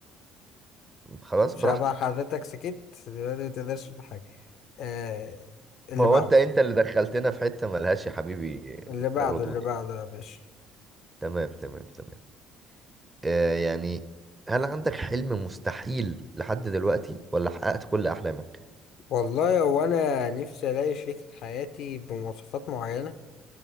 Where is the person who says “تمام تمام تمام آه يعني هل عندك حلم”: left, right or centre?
Right